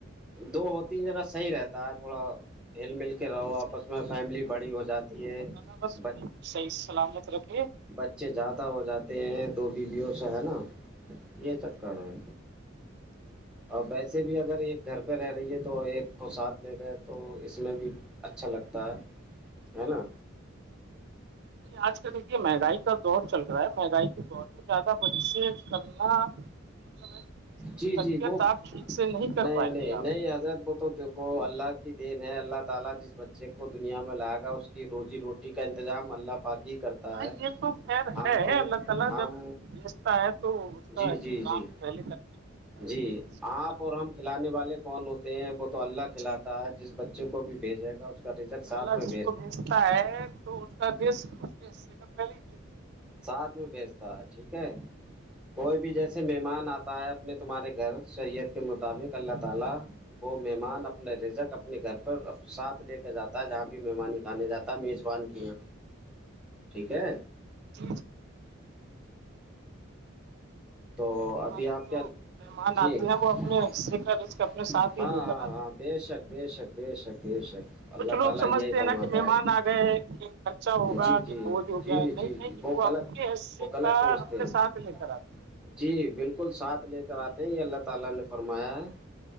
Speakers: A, in the centre; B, on the right.
A: دو ہو تین جرا صحیح رہتا ہے تھوڑا ہل مل کے رہو آپس
B: صحی کچھ
A: میں
B: نہیں
A: فیملی
B: رہتا
A: بڑی
B: ہے
A: ہو جاتی
B: اللہ
A: ہے
B: تعالی بس
A: بچے
B: ہم کو صحیح سلامت رکھے
A: بچے
B: اور
A: زیادہ ہو جاتے ہیں دو بیویوں سے ہے نا یہ چکر ہے اور ویسے بھی اگر ایک گھر پہ رہ رہی ہے تو ایک کو ساتھ لے گئے تو اس میں بھی اچھا لگتا ہے ہے نا
B: نہیں آج کل دیکھیے مہنگائی کا دور چل رہا ہے مہنگائی کے دور میں زیادہ بچے کرنا مطلب ہے کیونکہ
A: جی
B: تربیت
A: جی وہ
B: آپ ٹھیک سے کر
A: نہیں
B: پائیں
A: نہیں
B: گے آپ
A: نہیں حضرت ب اب دیکھو اللہ کی دین ہے اللہ تعالی جس بچے کو دنیا میں لائے گا اس کی روز کا انتظام اللہ پاک ہی کرتا
B: اللہ
A: ہے ہم تم
B: تعالی
A: ہم
B: بیچتا ہے تو اس
A: جی
B: کا
A: جی
B: کاام
A: جی
B: پہلے کر کے بھیجتا
A: جی آپ
B: ہے
A: اور ہم کھلانے والے کون ہوتے ہیں وہ تو اللہ کھلاتا
B: جی جی
A: ہے جس بچ بچوں کو بھیجے گا کا رزق ساتھ
B: اللہ
A: میں
B: جس کو بھیجتا ہے تو اس کا بیس اس کے حصے کا پہل بیس ہے
A: ساتھ میں بھیجتا ٹھیک ہے کوئی بھی جیسے مہمان اتا ہے اپنی تمہارے گھر شریعت کے مطابق اللہ تعالی وہ مہمان اپنے رزک اپنے گھر پر ساتھ لے کے جاتا ہے جہاں بھی مہمان نک آنے جاتا ت میزبان کیا
B: <inaudible>
A: ٹھیک ہے
B: جی
A: تو
B: ہمارے
A: ابھی
B: یہاں
A: آپ
B: جو
A: کیا
B: مہمان
A: جی
B: آتے
A: ہاں
B: ہیں وہ اپنے حصے کا رزق اپنے ساتھ ہی
A: ہاں
B: لے کر آتے
A: ہاں
B: ہیں
A: ب شک دی ش دی ش دی شک
B: کچھ
A: اللہ
B: لوگ
A: تعالی
B: سمجھتے
A: یہی
B: ہیں
A: فرماتا
B: نا کہ مہمان
A: ہے
B: آ گئے کہ خرچہ ہوگا
A: جی
B: کہ
A: جی
B: بوجھ ہو
A: جی
B: گیا نہیں
A: جی
B: نہیں
A: جی
B: وہ
A: غلط
B: کے حصے
A: وہ غلط
B: کا
A: سوچتے
B: اپنے
A: ہیں
B: ساتھ لے کر آتا
A: جی بالکل ساتھ لے کر اتے ہیں یہ اللہ تعالی نے فرمایا ہے